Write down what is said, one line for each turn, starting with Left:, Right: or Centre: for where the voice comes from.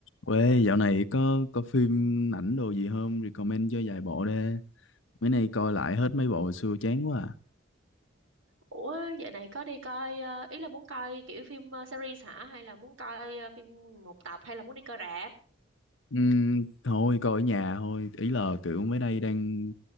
Left: quê dạo này có có phim ảnh đồ gì không? Recommend cho vài bộ đi. Mấy nay coi lại hết mấy bộ hồi xưa chán quá à.
Right: Ủa dạo này có đi coi ờ, ý là muốn coi kiểu phim ờ, series hả hay là muốn coi ờ, phim một tập hay là muốn đi coi rạp?
Left: Ừm, thôi coi ở nhà thôi. Ý là kiểu mấy nay đang